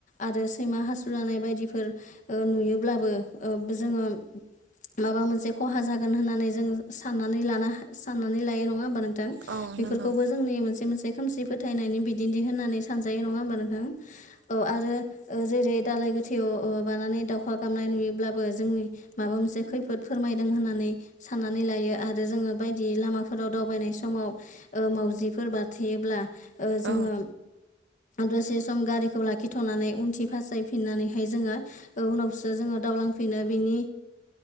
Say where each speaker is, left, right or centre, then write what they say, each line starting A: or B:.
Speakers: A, on the left; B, on the right.
A: आरो सैमा हासुलानाय बायदि नुयोब्लाबो जोङो माबा मोनसे खहा जागोन होननानै जों साननानै लान साननानै लायो नङा होमबा नों थां
B: औ
A: बेफोरखौबो
B: नंगौ
A: जोंनि मोनसे मोनसे खोमसि फोथायनायनि बिदिन्थि होननानै सानजायो नङा होमबा नोंथां। औ आरो जेरै दाालाय गोथैयाव बानानै दावउखा गामनाय नुयोब्लाबो जोंनि माबा मोनसे खैफोद फोरमायदों होननानै साननानै लायो। आरो जोङो बायदि लामाफोराव दावबायनाय समाव मावजिफोर बाराथेयोब्ला ओ जोङो
B: औ
A: दसे सम गारिखौ लाखिथ'नानै उनथि फासायफिननानैहाय जोङो उनावसो जोङो दावउलांफैनो बेनि